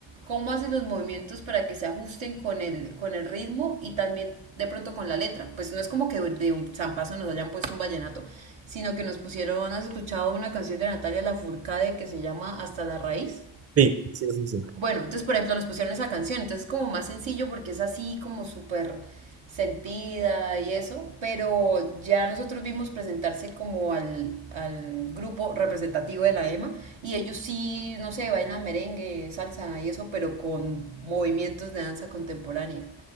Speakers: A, on the right; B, on the right.
A: cómo haces los movimientos para que se ajusten con el, con el ritmo y también de pronto con la letra. Pues no es como que de un zampazo nos hayan puesto un vallenato, sino que nos pusieron, has escuchado una canción de Natalia Lafourcade que se llama Hasta la raíz.
B: Sí, sí, sí, sí.
A: Bueno, entonces, por ejemplo, nos pusieron esa canción, entonces es como más sencillo porque es así como súper sentida y eso, pero ya nosotros vimos presentarse como al, al grupo representativo de la EMA y ellos sí, no sé, bailan merengue, salsa y eso, pero con movimientos de danza contemporánea.